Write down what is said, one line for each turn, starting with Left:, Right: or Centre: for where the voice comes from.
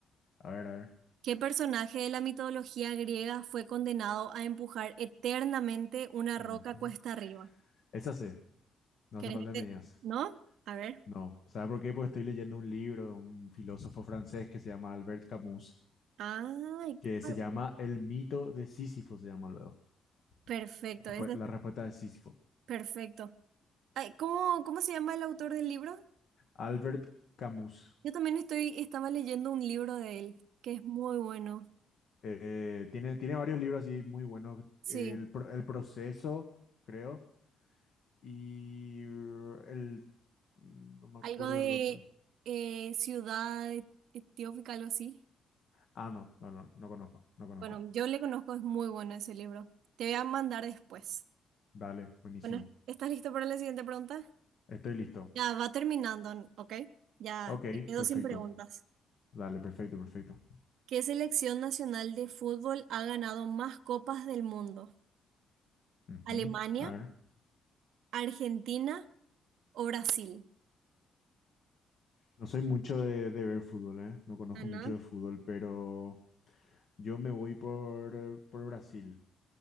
Left: A ver, a ver.
Right: ¿Qué personaje de la mitología griega fue condenado a empujar eternamente una
Left: Ujú.
Right: roca cuesta arriba?
Left: Esa sé, no
Right: ¿Querés
Left: hace falta
Right: que te...
Left: de medias.
Right: ¿No? A ver.
Left: No, ¿sabe por qué? Porque estoy leyendo un libro de un filósofo francés que se llama Albert Camus,
Right: Ay,
Left: que
Right: qué-
Left: se llama El mito de Sísifo, se llama luego.
Right: perfecto.
Left: La, respu-
Right: ese es-
Left: la respuesta de Sísifo.
Right: perfecto. Ay, ¿cómo, cómo se llama el autor del libro?
Left: Albert Camus.
Right: Yo también estoy, estaba leyendo un libro de él, que es muy bueno.
Left: Eh, tiene, tiene varios libros así muy buenos.
Right: Sí.
Left: El, pro- el proceso, creo, y eh, el... mm, No me
Right: Algo
Left: acuerdo
Right: de
Left: el otro.
Right: eh, ciudad etiópica, algo así.
Left: Ah, no, no, no, no conozco, no conozco.
Right: Bueno, yo le conozco, es muy bueno ese libro. Te voy a mandar después.
Left: Dale, buenísimo.
Right: Bueno, ¿estás listo para la siguiente pregunta?
Left: Estoy listo.
Right: Ya va terminando, ¿ok? Ya
Left: Ok,
Right: me quedo
Left: perfecto.
Right: sin preguntas.
Left: Dale, perfecto, perfecto.
Right: ¿Qué selección nacional de fútbol ha ganado más copas del mundo?
Left: Ujú.
Right: ¿Alemania,
Left: A ver,
Right: Argentina o Brasil?
Left: no soy mucho de, de ver fútbol, ¿eh? No conozco
Right: Ah, ¿no?
Left: mucho de fútbol, pero yo me voy por, por Brasil.